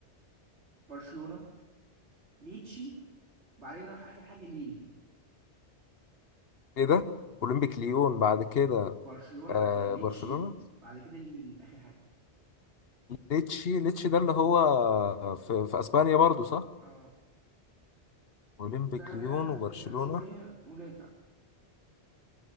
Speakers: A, on the right; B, on the left.
A: برشلونه ليتشي بعدين نروح اخر حاجه ليل
B: ايه ده اولمبيك ليون بعد كده
A: برشلونه
B: آه
A: بعد كده ليتشي
B: برشلونه
A: بعد كده ليل اخر حاجه
B: ليتشي ليتشي ده اللي هو في, في اسبانيا برضو صح
A: اه
B: اولمبيك
A: سهله
B: ليون وبرشلونه
A: سهلك شويه مدافع